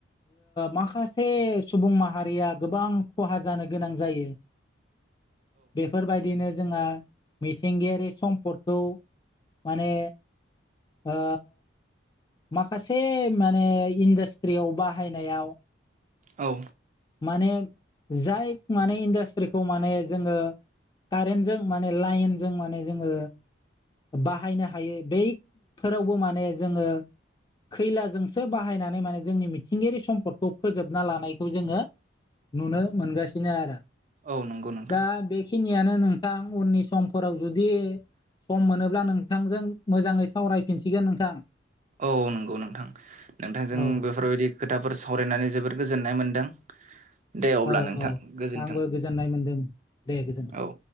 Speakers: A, on the left; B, on the right.
A: माखासे सुबुं माहारिया गोबां खहा जानो गोनां जायो बेफोरबायदिनो जोंहा मिथिंगायारि सम्पदखौ माने ओ माखासे माने इन्डास्ट्रियाव बाहायनायाव
B: औ
A: माने जाय माने इन्डास्ट्रिखौ माने जोङो कारेन्टजों माने लाइनजों माने जोङो बाहायनो हायो बैफोरावबो माने जोङो खैलाजोंसो बाहायनानै माने जोंनि मिथिंगायारि सम्पदखौ फोजोबना लानायखौ जोङो नुनो मोनगासिनो आरो
B: औ नंगौ नोंथां
A: दा बेखिनियानो नोंथां उननि समफोराव जुदि सम मोनोब्ला नोंथांजों मोजाङै सावरायफिनसिगोन नोंथां
B: औ नंगौ नोंथां नोंथांजों
A: औ
B: बेफोरबायदि खोथाफोर सावरायनानै जोबोद गोजोननाय मोनदों दे अब्ला
A: औ
B: नोंथां
A: औ
B: गोजोन्थों
A: आंबो गोजोननाय मोनदों दे गोजोन्थों।
B: औ